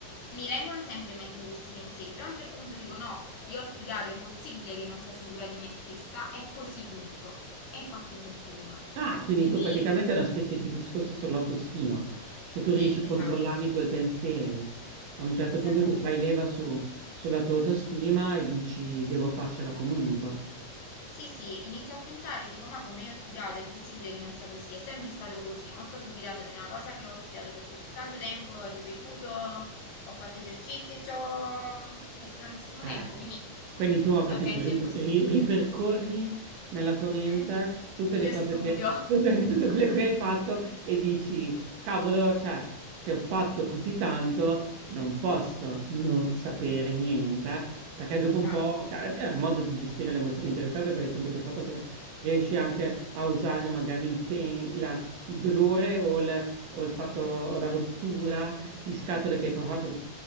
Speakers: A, on the left; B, on the right.
A: mi vengono sempre in mente questi pensieri, però a un certo punto dico no, io ho studiato, è impossibile che non sia sicura di me stessa, è così, punto. E infatti funziona.
B: Ah, quindi
A: Quindi
B: tu praticamente è una specie di discorso sull'autostima, cioè tu riesci
A: sì,
B: a
A: esatto,
B: controllare i tuoi pensieri. A un certo
A: esattamente.
B: punto tu fai leva su- sulla tua autostima e dici devo farcela comunque.
A: Sì, sì, inizio a pensare, e dico ma come io ho studiato, è impossibile che non sia così, è sempre stato così, ma sto dubitando di una cosa che ho studiato per così tanto tempo, ho ripetuto, ho fatto esercizi e ci ho messo tantissimo
B: Ah,
A: tempo,
B: eh.
A: quindi
B: quindi tu ho capito,
A: eh, penso
B: ri-
A: è impossibile.
B: ri- ripercorri nella tua mente
A: <laughs>
B: tutte
A: Il
B: le
A: mio
B: cose
A: studio.
B: che, <laughs> tutte, le- tutte quelle che hai fatto e dici, cavolo, cioè, se ho fatto così tanto, non posso non sapere niente, perché dopo
A: Esatto,
B: un po', ca- cioè, è un modo di gestire le emozioni interessate per il semplice fatto che riesci anche a usare magari il, pain- la- il dolore o il, o il fatto, o la rottura di scatole che hai provato